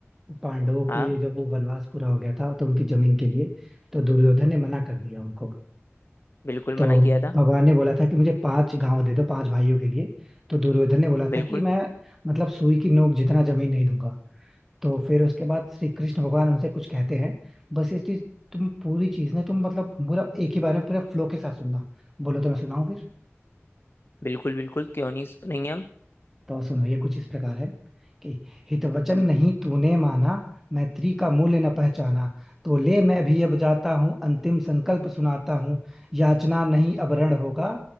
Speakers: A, in the centre; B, on the left (about 55°).
A: पांडवों
B: हाँ
A: के जब वो वनवास पूरा हो गया था तो उनकी जमीन के लिए तो दुर्योधन ने मना कर दिया उनको
B: बिल्कुल
A: तो
B: मना किया था
A: भगवान ने बोला था कि मुझे पांच गांव दे दो पांच भाइयों के लिए तो दुर्योधन ने बोला
B: बिल्कुल
A: था कि मैं मतलब सुई की नोक जितना जमीन नहीं दूंगा तो फिर उसके बाद श्री कृष्ण भगवान उनसे कुछ कहते हैं बस इस चीज तुम पूरी चीज ना तुम मतलब पूरा एक ही बार में पूरा फ्लो के साथ सुनना बोलो तो मैं सुनाऊं फिर
B: बिल्कुल बिल्कुल क्यों नहीं सुनेंगे हम
A: तो सुनो ये कुछ इस प्रकार है कि हित वचन नहीं तूने माना मैत्री का मूल्य न पहचाना तो ले मैं भी अब जाता हूँ अंतिम संकल्प सुनाता हूँ याचना नहीं अब रण होगा